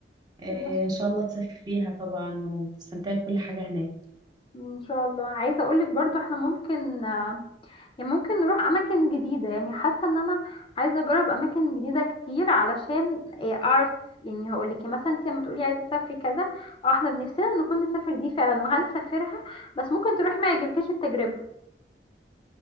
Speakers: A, on the right; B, on the left.
A: آه،
B: ماشي.
A: ان شاء الله تسافريها طبعا وتستمتعي بكل حاجه هناك
B: ان شاء الله عايزه اقولك برضو احنا ممكن يعني ممكن نروح اماكن جديده يعني حاسه ان انا عايزه اجرب اماكن جديده كتير علشان إيه، اعرف يعني هقول لك مثلا انت لما تقولي عايزه اسافري كذا او احنا بنفسنا نكون نسافر دي فعلا وهنسافرها بس ممكن تروحي ما يعجبكيش التجربه